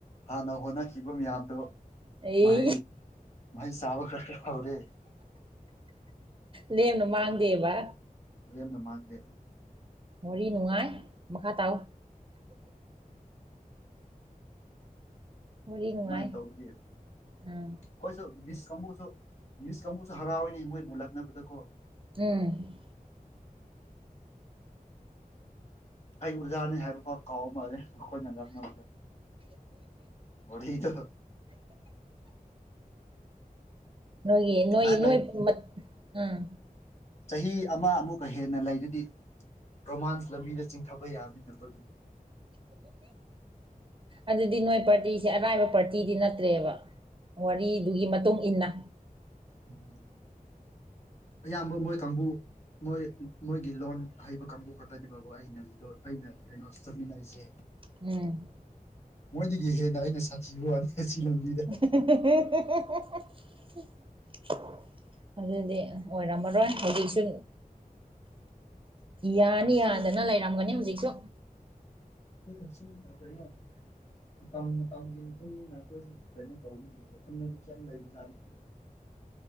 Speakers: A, on the left; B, on the right.
A: ꯍꯥꯟꯅ ꯍꯣꯠꯅꯈꯤꯕ ꯃꯌꯥꯝꯗꯣ
B: ꯑꯩ
A: ꯃꯍꯩ ꯃꯥꯥꯏ ꯆꯕ ꯀꯥꯁ ꯐꯥꯎꯔꯦ
B: ꯅꯦꯝꯅ ꯃꯥꯡꯗꯦꯕ
A: ꯃꯅ ꯃꯥꯥꯡꯗꯦ
B: ꯃꯔꯤ ꯅꯨꯡꯉꯥꯏ ꯃꯈꯥ ꯇꯥ ꯋꯥꯔꯤ ꯅꯨꯡꯉꯥꯏ
A: ꯑꯗꯨꯨꯃꯥꯏꯅ ꯇꯧꯒ ꯑꯩꯈꯣꯏꯁꯨ
B: ꯎꯝ
A: ꯃꯤꯁ ꯀꯥꯡꯕꯨꯁꯨ ꯅꯨꯁ ꯀꯥꯡꯕꯨꯁꯨ ꯍꯔꯥꯎꯏꯅꯦ ꯃꯣꯏ ꯎꯠꯂꯛꯅꯕꯗꯀꯣ
B: ꯎꯝ
A: ꯑꯩ ꯑꯣꯖꯥꯅꯤ ꯍꯥꯏꯕ ꯐꯥꯎ ꯀꯥꯎꯝ ꯃꯥꯂꯦ ꯑꯩꯈꯣꯢ ꯃꯦꯗꯝꯅ ꯋꯥꯔꯤꯗꫭ
B: ꯅꯣꯏ ꯅꯣꯏ
A: ꯉꯥꯏꯍꯥꯛ
B: ꯅꯣꯏ
A: ꯂꯩ
B: ꯃ ꯑꯥ
A: ꯆꯍꯤ ꯑꯃ ꯑꯃꯨꯛꯀ ꯍꯦꯟꯅ ꯂꯩꯗꯨꯗꯤ ꯔꯣꯃꯥꯟ꯭ꯁ ꯂꯝꯕꯤꯗ ꯆꯤꯡꯊꯕ ꯌꯥꯕꯅꯤꯅ ꯕꯣ
B: ꯑꯗꯨꯗꯤ ꯅꯣꯏ ꯄꯥꯔꯇꯤꯁꯦ ꯑꯔꯥꯏꯕ ꯄꯥꯔꯇꯤꯗꯤ ꯅꯠꯇ꯭ꯔꯦꯕ ꯋꯥꯔꯤꯗꯨꯒꯤ ꯃꯇꯨꯡ ꯏꯟꯅ
A: ꯎꯝ ꯑꯌꯥꯝꯕ ꯃꯣꯏ ꯀꯥꯡꯕꯨ ꯃꯣꯏ ꯃꯣꯏꯒꯤ ꯂꯣꯟ ꯍꯩꯕ ꯀꯥꯡꯕꯨ ꯈꯛꯇꯅꯦꯕꯕꯨ ꯑꯩ ꯑꯩꯅ ꯑꯩꯅ ꯀꯩꯅꯣ ꯆꯠꯃꯤꯟꯅꯩꯁꯦ
B: ꯎꯝ
A: ꯃꯣꯏꯗꯒꯤ ꯍꯦꯟꯅ ꯑꯩꯅ ꯁꯥꯊꯤꯌꯅꯤꯂꯝꯕꯤ
B: <unintelligible> ꯑꯗꯨꯗꯤ ꯑꯣꯏꯔꯝꯃꯔꯣꯏ ꯍꯧꯖꯤꯛꯁꯨ ꯌꯥꯅꯤ
A: ꯁꯨꯝ
B: ꯌꯥꯗꯅ ꯂꯩꯔꯝꯒꯅꯤ ꯍꯧꯖꯤꯛꯁꯨ
A: ꯏꯁꯟꯄꯂꯣ ꯃꯇꯝ ꯃꯇꯝꯒꯤ ꯃꯇꯨꯡ ꯏꯟꯅ ꯑꯩꯈꯣꯏꯁꯨ ꯀꯩꯅꯣ ꯇꯧꯅꯤꯅ ꯋꯥꯈꯜꯗꯗꯤ ꯀꯌꯥꯝ ꯂꯩꯕ ꯖꯥꯠꯅꯠꯇꯦ